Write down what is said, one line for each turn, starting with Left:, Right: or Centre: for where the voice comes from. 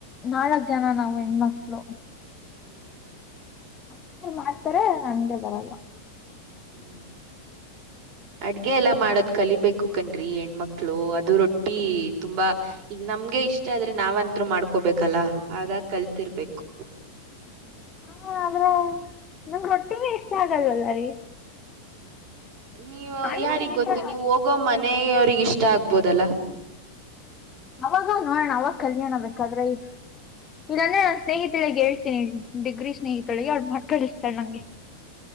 Left: ನಾಲ್ಕ್ ಜನ ನಾವು ಹೆಣ್ಮಕ್ಳು,
Right: ಹ್ಮ್ ಹ್ಮ್
Left: ಹ ರು ಮಾಡ್ತಾರೆ ನನ್ಗೆ ಬರಲ್ಲ
Right: ಹ್ಮ್ ಅಡ್ಗೆ ಎಲ್ಲಾ ಮಾಡೋದ್ ಕಲಿಬೇಕು ಕನ್್ರಿ ಹೆಣ್ಮಕ್ಳು ಅದು ರೊಟ್ಟಿ ತುಂಬಾ ಈಗ ನಮ್ಗೆ ಇಷ್ಟ ಆದ್ರೆ ನಾವಾದ್ರು ಮಾಡ್ಕೋಬೇಕಲ್ಲ ಹಾಗಾಗಿ ಕಲಿತಿರ್ಬೇಕು,
Left: ಹಾ ಅ್ರ ನಂಗ ರೊಟ್ಟಿಿನ ಇಷ್ಟ ಆಗಲ್ವಲ್ಲ ರೀ,
Right: ನೀವು
Left: ಅಂದ್ರೆ
Right: ಯಾರಿಿಗೆ
Left: ಈ
Right: ಗೊತ್ತು
Left: ತರ
Right: ನೀವು ಹೋಗೋಮ್ಮ, ಮನ ಅವ್ರಿಗೆ ಇಷ್ಟ ಆಗ್ಬೋದಲ್ಲ,
Left: ಅವಾಗ ನೋಡೋಣ ಅವಾಗ ಕಲ್ಯಾಣ ಬೇಕಾದ್ರೆ, ಇಲ್ಲನ್ನ ಸ್ನೇಹಿತಳಗ್ ಹೇಳಿ ಡಿಗ್ರಿ ಸ್ನೇಹಿತಳ ಅವು ಮಾ ಕಳಿಸ್ತಾರೆ ನಂಗೆ